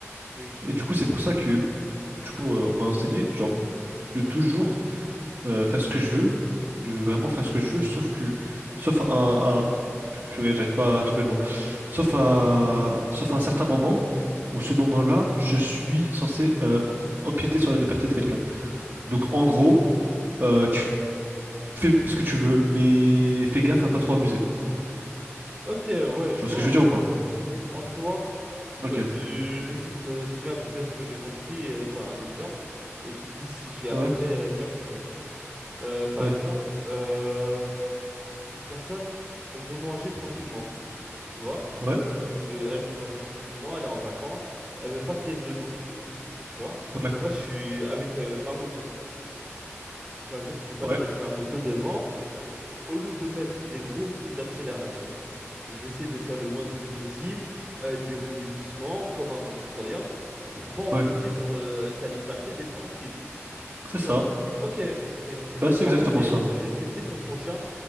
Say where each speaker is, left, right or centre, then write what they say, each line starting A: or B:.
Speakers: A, on the right; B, on the right.
A: Oui.
B: Et du coup c'est pour ça que du coup euh, on m'a enseigné genre de toujours euh, faire ce que je veux, de vraiment faire ce que je veux, sauf que sauf à, un- à- pu- purée, j'arrive pas à trouver le mot. Sauf à sauf à un certain moment où ce moment-là, je suis censé euh, empiéter sur la liberté de quelqu'un. Donc en gros, euh, tu fais ce que tu veux, mais fais gaffe à pas trop abuser.
A: Ok, ouais, je
B: Tu vois
A: vois
B: ce que je
A: un
B: veux
A: peu.
B: dire ou pas?
A: En soi,
B: Ok.
A: euh, tu- je vais essayer de te résumer à peu près ce que j'ai compris euh, par un exemple, et tu me dis si j'ai à
B: Ouais,
A: peu près euh, bien compris. Euh, par
B: ouais,
A: exemple, euh, une personne veut manger tranquillement, tu vois?
B: ouais,
A: Elle veut, elle veut manger tranquillement, elle est en vacances, elle veut pas qu'il y ait de bruit, tu vois?
B: ouais,
A: Moi, je suis avec euh, ma moto. Par exemple, je passe
B: ouais,
A: avec ma moto devant. Au lieu de mettre des gros coups d'accélération, je vais essayer de faire le moins de bruit possible. euh, je vais rouler doucement, comme un bon citoyen, pour pas empiéter
B: ouais.
A: sur euh, sa liberté d'être tranquille. Tout
B: C'est ça.
A: simplement. Ok, nickel.
B: Bah, c'est exactement
A: En fait, c'est
B: ça.
A: respecter son prochain